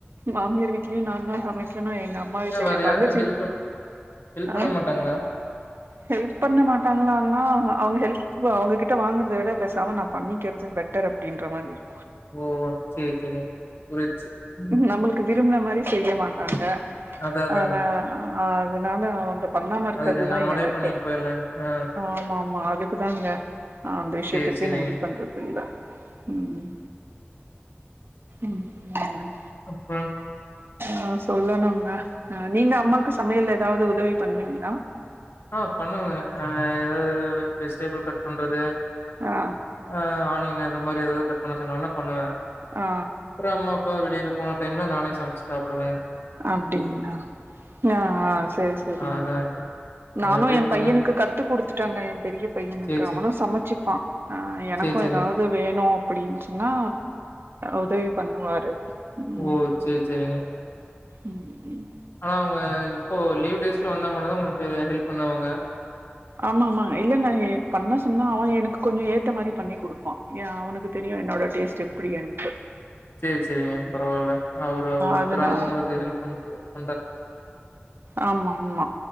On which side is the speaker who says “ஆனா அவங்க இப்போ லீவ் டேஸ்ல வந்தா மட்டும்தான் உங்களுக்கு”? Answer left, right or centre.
Left